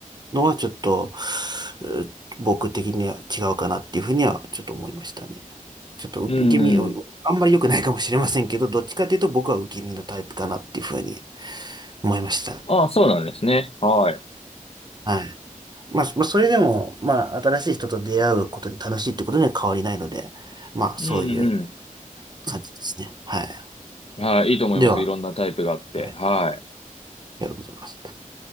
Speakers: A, on the right; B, on the left.
A: のはちょっと、う僕的には違うかなっていうふうにはちょっと思いましたね。ちょっと受け身、
B: うん。
A: あんまり良くないかもしれませんけど、どっちかというと僕は受け身のタイプかなっていうふうに思いましたね。
B: ああ、そうなんですね。はい。
A: はい。まあ、まあ、それでも、まあ、新しい人と出会うことに楽しいってことには変わりないので、まあ、
B: うん。
A: そういう
B: うん。
A: 感じですね。はい。
B: はい。いいと思います。
A: では、
B: いろんなタイプがあって。
A: はい、
B: はい。
A: ありがとうございます。